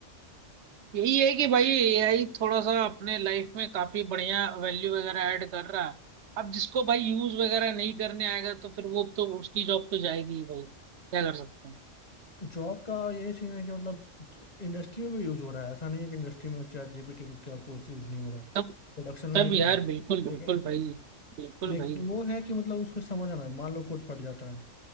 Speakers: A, on the right (about 65°); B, on the left (about 35°).
A: यही है कि भाई एआई थोड़ा सा अपने लाइफ में काफी बढ़िया वैल्यू वगैरह ऐड कर रहा है अब जिसको भाई यूज वगैरह नहीं करने आएगा तो फिर वो तो उसकी जॉब तो जाएगी ही भाई क्या कर सकते हैं
B: जॉब का ये सीन है कि मतलब इंडस्ट्री में भी यूज हो रहा है ऐसा नहीं है कि इंडस्ट्री में चैट जीपीटी का कोर्स यूज नहीं हो रहा है
A: तब
B: प्रोडक्शन में
A: तब
B: भी जा
A: यार
B: रहा है
A: बिल्कुल बिल्कुल
B: लेकिन
A: भाई बिल्कुल
B: लेकिन
A: भाई
B: वो है कि मतलब उसको समझ आना है मान लो कोड फट जाता है